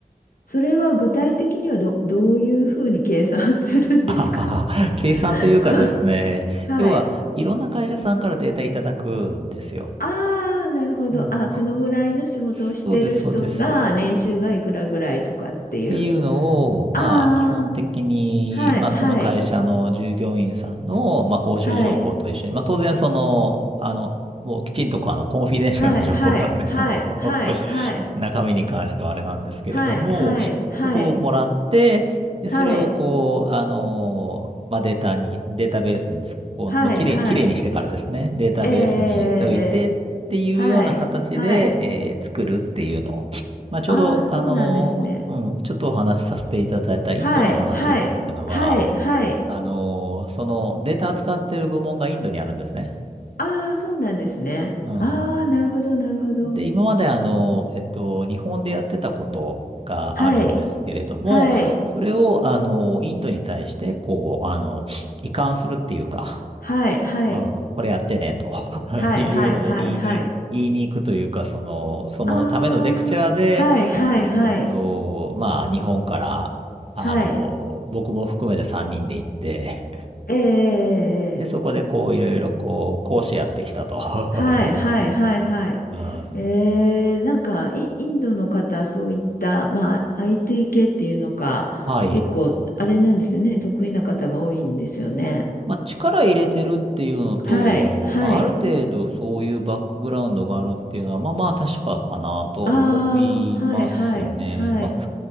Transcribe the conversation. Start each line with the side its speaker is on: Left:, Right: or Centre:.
Left: それは具体的にはど、どういうふうに計算するんですか
Right: あはは、計算というかですね、
Left: <laughs> はい。
Right: 要はいろんな会社さんからデータいただくんですよ。
Left: ああ、なるほど。
Right: うん。
Left: あ、このぐらいの仕事をしてる人が年収がいくらぐらいとかっていう。
Right: そうです、そうです。っていうのを、まあ、
Left: ああ、
Right: 基本的に、
Left: はい、
Right: まあ、
Left: はい、
Right: その会社の従業員さんの、まあ、報酬情報と一緒に、
Left: はい、
Right: まあ、当然、その、あの、もうきちんとこうあの、コンフィデンシャルな情報なんで、
Left: はい、はい、はい、
Right: その
Left: はい、
Right: <laughs>
Left: はい、
Right: 中身に関してはあれなんですけれども、
Left: はい、は
Right: そこをもらって、
Left: い、
Right: で、
Left: はい、
Right: それをこう、
Left: はい、
Right: あの、まあ、データに、データベースに突っ込ん、
Left: はい、
Right: まあ、きれい、
Left: はい、
Right: きれいにしてからですね、データベースに入れておいてっていうような形で、
Left: ええ、はい、はい。
Right: えー作るっていうのを、まあ、ちょうど、
Left: ああ、そうなんですね。
Right: あの、うん、ちょっとお話しさせていただいたインドの話っていうのは、
Left: はい、はい、はい、はい。
Right: あの、そのデータ扱ってる部門がインドにあるんですね。
Left: ああ、そうなんですね。
Right: うん。
Left: ああ、なるほど、なるほど。
Right: で、今まであの、えっと、日本でやってたことがあるんですけれども、
Left: はい、はい、
Right: それを、あの、インドに対して、こう、あの、移管するっていうか、
Left: はい、はい。
Right: うん、これやってね、と <laughs>
Left: はいはいはいはい。
Right: いうのを言いに、言いに行くというか、その、そのためのレクチャーで、
Left: ああ、はいはいはい。
Right: えっと、まあ、日本から、あの、
Left: はい。
Right: 僕も含めて3人で行って、
Left: えええ
Right: で、そこでこう、
Left: えええ
Right: いろいろこう、講師やってきたと。<laughs>
Left: はいはいはいはい。
Right: うん、
Left: えー、なんかイ、インドの方、そういった、まあ、IT 系っていうのか、
Right: はい。
Left: 結構、あれなんですよね、得意な方が多いんですよね。
Right: まあ、力入れてるっていうのと、
Left: はい、はい。
Right: まあ、ある程度そういうバックグラウンドがあるっていうのは、まあまあ確かかなとは思いますね。
Left: ああ、はい、はい、はい。
Right: まあ、